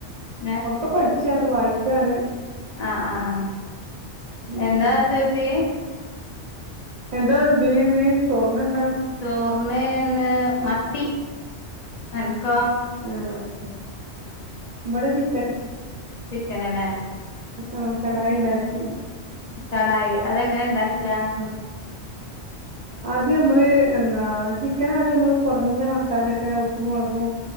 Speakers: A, on the left; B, on the right.
A: ഏ
B: ഒക്കെ പഠിച്ചാണ് വായിക്കാണ്
A: ആഹ് ആഹ് ആഹ്
B: ഉം
A: എന്താ
B: ഉം
A: ചേച്ചി
B: എന്താ ഇദിനിന്ന് ചോർന് എന്താ?
A: ചോർന് ഇന്ന് മത്തി അൻക്കോ?
B: ആഹ് മത്തി ലെ ഇവടെ ചിക്കൻ
A: ചിക്കന് ലെ
B: ആഹ് കടായി ഇണ്ടാക്കി
A: കടായി അതെങ്ങനെ ഇണ്ടാക്ക
B: അഹ് ആദ്യ അമ്മള് എന്താ ചിക്കനാദ്യം അമ്മള് കോർഞ്ഞ മസാലൊക്കെ ഉപ്പും, മോളകും